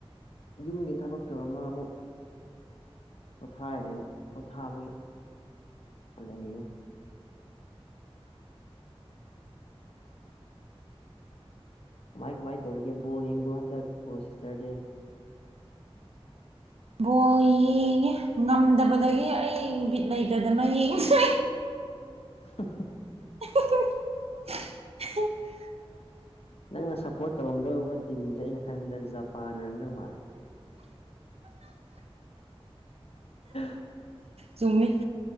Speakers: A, on the left; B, on the right.
A: ꯌꯨꯝꯒꯤ ꯊꯕꯛ ꯇꯧꯔꯝꯃꯒ ꯑꯃꯨꯛ ꯄꯣꯊꯥꯏꯅꯦ ꯑꯃꯨꯛ ꯄꯣꯊꯥꯕꯒꯤ ꯂꯩꯅꯦ ꯀꯃꯥꯏ ꯀꯃꯥꯏ ꯇꯧꯔꯤꯒꯦ ꯕꯣ ꯌꯦꯡꯕ꯭ꯔꯣ ꯍꯟꯗꯛ ꯕꯣ ꯁꯤꯁꯇꯔꯗꯤ
B: ꯕꯣ ꯌꯦꯡꯉꯦ ꯉꯝꯗꯕꯗꯒꯤ ꯑꯩ ꯅꯨ ꯃꯤꯠ ꯂꯩꯇꯗꯅ ꯌꯦꯡꯉ
A: <inaudible> <unintelligible>
B: <inaudible> <unintelligible>
A: ꯅꯪꯅ ꯁꯞꯄꯣꯔꯠ ꯇꯧꯔꯝꯗꯧꯧꯕ ꯇꯤꯝꯁꯦ ꯑꯩꯅ ꯈꯟꯕꯗ ꯖꯄꯥꯟ ꯑꯣꯏꯔꯝꯗꯧ ꯃꯥꯜꯂꯦ <unintelligible> <inaudible>
B: ꯆꯨꯝꯃꯤ